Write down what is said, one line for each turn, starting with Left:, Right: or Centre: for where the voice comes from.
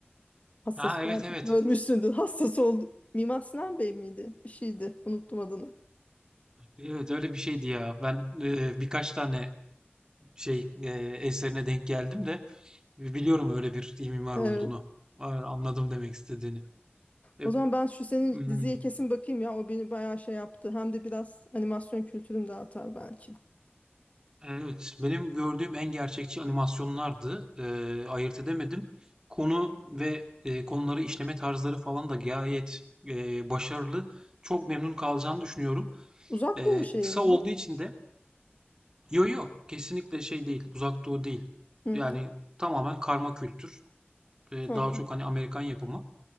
Left: Hassas
Right: Ha evet
Left: belki
Right: evet.
Left: görmüşsündür. Hassas oldu. Mimar Sinan Bey miydi? Bir şeydi. Unuttum adını.
Right: Evet öyle bir şeydi ya. Ben e, birkaç tane şey e, eserine denk geldim de biliyorum öyle bir mimar
Left: Evet.
Right: olduğunu. A- Anladım demek istediğini. E,
Left: O zaman ben şu senin
Right: hmm,
Left: diziye kesin bakayım ya. O beni bayağı şey yaptı. Hem de biraz animasyon kültürüm de artar belki.
Right: Evet, benim gördüğüm en gerçekçi animasyonlardı. Ee, ayırt edemedim. Konu ve e, konuları işleme tarzları falan da gayet e, başarılı. Çok memnun kalacağını düşünüyorum.
Left: Uzak
Right: Ee,
Left: Doğu şeyi
Right: kısa
Left: mi
Right: olduğu
Left: bu?
Right: için de yo yo kesinlikle şey değil, Uzak Doğu değil.
Left: Hı,
Right: Yani tamamen karma kültür. Ee,
Left: tamam.
Right: daha çok hani Amerikan yapımı.